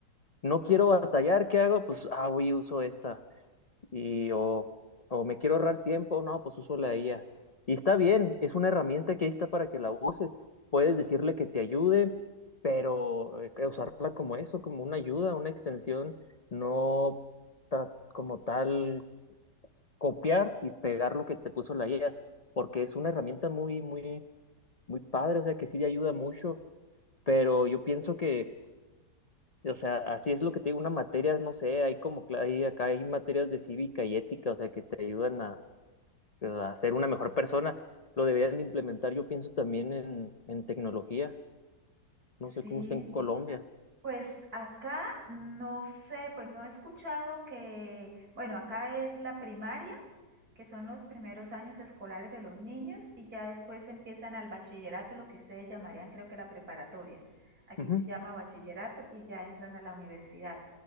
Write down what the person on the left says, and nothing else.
no quiero batallar, ¿qué hago? Pues, ah, voy, uso esta y o, o me quiero ahorrar tiempo, no, pues uso la IA. Y está bien, es una herramienta que ahí está para que la uses. Puedes decirle que te ayude, pero eh, usarla como eso, como una ayuda, una extensión, no ta- como tal copiar y pegar lo que te puso la IA, porque es una herramienta muy, muy, muy padre, o sea que sí te ayuda mucho, pero yo pienso que, o sea, así es lo que te digo, una materia, no sé, hay como, cla- hay, acá hay materias de cívica y ética, o sea, que te ayudan a a ser una mejor persona. Lo deberían implementar, yo pienso, también en, en tecnología. No sé
cómo está en Colombia.
Ujú,